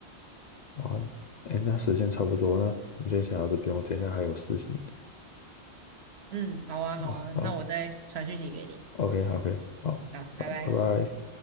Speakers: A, on the left; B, on the right.
A: 啊，哎，那时间差不多呢，那我们先想到这边，我等一下还有事情
B: <laughs> 嗯，好啊，
A: 啊。
B: 好啊，
A: 好
B: 那我再传讯息给你。
A: ，OK，好，OK，好，
B: 好，
A: 拜拜拜。
B: 拜拜。